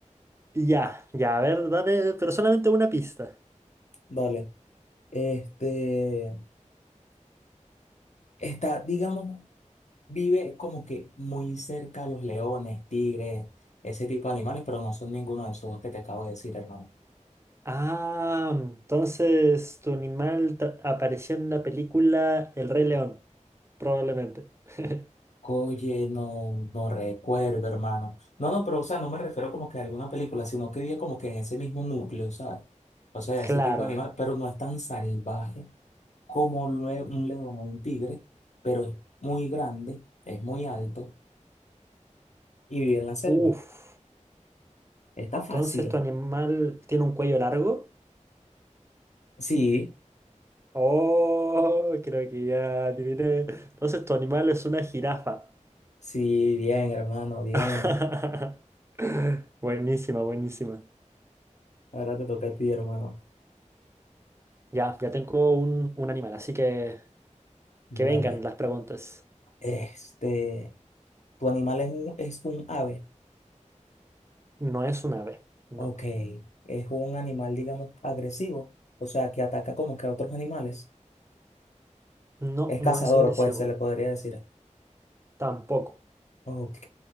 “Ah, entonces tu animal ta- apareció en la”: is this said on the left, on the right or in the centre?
Right